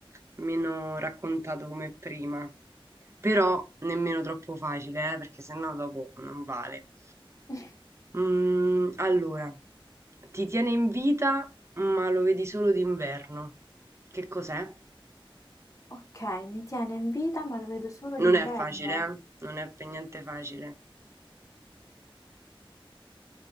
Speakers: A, on the right; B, on the left.
A: meno raccontato come prima, però nemmeno troppo facile, eh, perché sennò dopo non vale.
B: <laughs>
A: Mm, allora, ti tiene in vita, ma lo vedi solo d'inverno. Che cos'è?
B: Ok, mi tiene in vita, ma lo vedo solo
A: Non
B: d'inverno.
A: è facile, eh? Non è per niente facile.